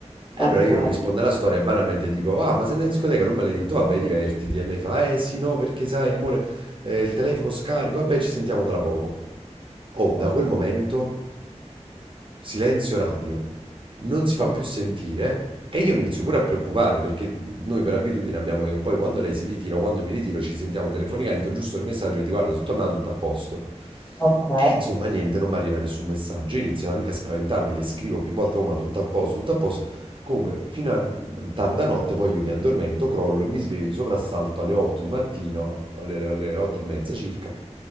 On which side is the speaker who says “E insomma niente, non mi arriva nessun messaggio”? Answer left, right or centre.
Right